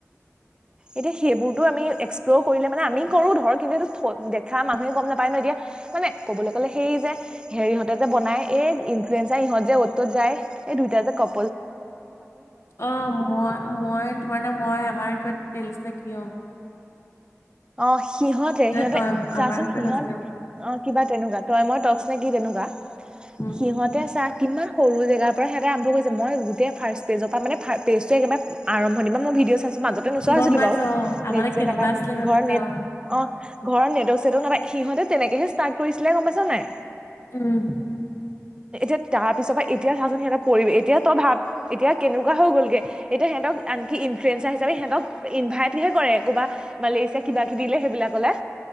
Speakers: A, on the right; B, on the left.
A: এতিয়া সেইবোৰতো আমি- এক্সপ্লৰ কৰিলে মানে আমি কৰো ধৰক কিন্তু এইটো থ দেখা মানুহে গম নাপায় - পাই ন দিয়া- মানে ক'বলৈ গ'লে সেই যে হেৰি ইহতে যে বনাই এই ইনফ্লুএন্সাৰ ইহঁত যে অটতত যায় এই দুইটা যে ক
B: অ মই মই তোমাৰনে মই আমাৰ তেলছ নে কিয়
A: অ সিহঁতে সিহঁতে
B: তই
A: চাচোন
B: আমাৰ কিবা
A: সিহঁত
B: এটা আছিলে
A: অ কিবা তেনেকুৱা তই মই ত নে কি তেনেকুৱা
B: উম
A: সিহঁতে চা কিমান সৰু জেগাৰ পৰা সিহঁতে আৰম্ভ কৰি মই গোটেই ফাৰ্ষ্ট পেজৰ পৰা মানে পেজ টো একেবাৰে আৰম্ভনিৰ পৰা মই ভিডিঅ' চাইছো মাজতে নোচোৱা
B: গম
A: হৈছিলো
B: পাইছো
A: বাৰু
B: অ আগতে কেনেকুৱা
A: নাপাই
B: আছিলে সিহঁত
A: ঘৰ
B: দুটা
A: নেট
B: অ
A: অ ঘৰত নেটৱৰ্ক চেটৱৰ্ক নাপাই সিহঁতে তেনেকে ইষ্টত কৰিছিলে গম পাইচ নাই
B: উম
A: এতিয়া তাৰ পিছৰ পৰা এতিয়া চাচোন সিহঁতৰ পৰি এতিয়া তই ভাব এতিয়া কেনেকুৱা হৈ গ'লগে এতিয়া সিহঁতক আনকি ইনফ্লোএন্সাৰ হিচাপে সিহঁতক ইনভাইটহে কৰে কবা মালেচিয়া কিবা কিবি সেইবিলাক কলে